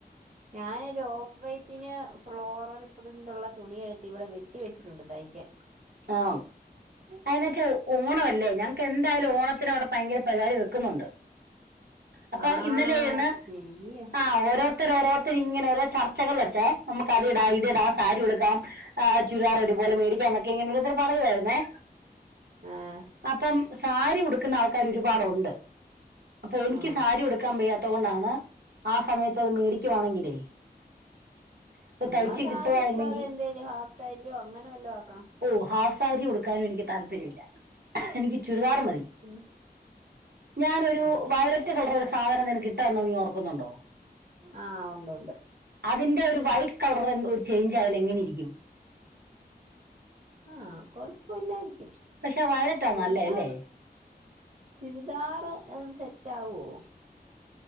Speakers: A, on the right; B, on the right.
A: ഞാനൊരു ഓഫ് വൈറ്റിന് ഫ്ലോറൽ പ്രിൻറുള്ളതുണി എടുത്ത് ഇവിടെ വെട്ടി വെച്ചിട്ടുണ്ട് തയിക്കാൻ
B: ആ അതിനക്കെ ഓണമല്ലേ ഞാൻ എന്തായാലും ഓണത്തിന് അവിടെ ഭയങ്കര പരിപാടി വെക്കുന്നുണ്ട് അപ്പൊ
A: ആഹ്
B: ഇന്നലെ ഇരുന്ന്
A: ശരിയാ
B: ആ ഓരോരുത്തരോഓരോത്ത ത്തി ഇങ്ങനെ ഓരോ ചർച്ചകൾ വെച്ചെ ഇങ്ങനെ ഓരോ ചർച്ചകൾവെച്ചേ നമുക്ക് അത് ഇടാം ഇതിടാം സാരി ഉടുക്കാം ചുരിദാർ ഒരുപോലെ മേടിക്കാം ക്കെ ഇങ്ങനെത്ത പറയായിന്നേ
A: ആഹ്
B: അപ്പം സാരിഉടു ഉടുക്കുന്ന ആൾക്കാർ ഒരുപാടുണ്ട് അപ്പൊ എനിക്ക്
A: ആഹ്
B: സാരി ഉടുക്കാൻ വയ്യാ ത്തൊണ്ടാണ് ആ സമയത്ത് അത് മേടിക്കുവാണെങ്കിലേ അപ്പൊ
A: എന്നാ
B: തയ്ച്ച്
A: സാരി
B: കിട്ടുവായിരുന്നെങ്കി
A: ഉടുക്കാതെ എന്താലും ഹാഫ് സാരിയോ അങ്ങനെ വല്ലോ ആക്കണം
B: ഓ ഹാഫ് സാരി ഉടുക്കാനും എനിക്ക് താല്പര്യംമില്ല എനിക്ക് ചുരിദാർ മതി
A: പിന്നെ
B: ഞാനൊരു
A: ആണോ
B: വയലറ്റ് കളർ ഒരു സാധനം നിനക്ക് ഇട്ട തന്ന നീ ഓർക്കുന്നുണ്ടോ
A: ആഹ് ഉണ്ട് ഉണ്ട്
B: അതിന്റെ ഒരു വൈറ്റ് കളർ ഒരു ചേഞ്ച് ആയാൽ എങ്ങനെ ഇരിക്കും
A: ആ കൊഴപ്പ ഇല്ലായിരിക്കും
B: പക്ഷെ വയലറ്റാ
A: ചുരിദാർ
B: നല്ലേ അല്ലേ
A: ചുരിദാർ അത് സെറ്റ് ആഉവോ